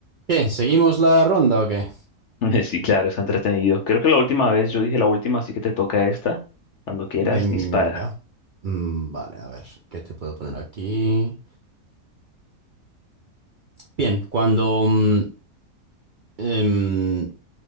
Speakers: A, on the right (about 65°); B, on the left (about 65°).
A: ¿Qué? ¿Seguimos la ronda o qué?
B: <laughs> Sí, claro, está entretenido. Creo que la última vez, yo dije la última, así que te toca esta. Cuando quieras,
A: Venga.
B: dispara.
A: Mm, vale, a ver, ¿qué te puedo poner aquí? Bien, cuando... mm, em,